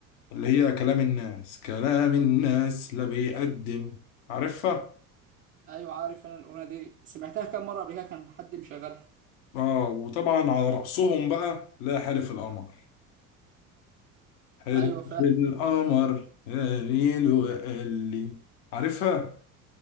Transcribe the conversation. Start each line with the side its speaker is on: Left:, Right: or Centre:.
Left: اللي هي كلام الناس كلام الناس لا بيقدم عارفها
Right: ايوه عارف انا الاغنيه دي سمعتها كام مره قبل كده كان حد مشغلها
Left: اه وطبعا على رأسهم بقى لا حلف القمر حلف
Right: ايوه فاهم
Left: القمر قاليل وقال لي عارفها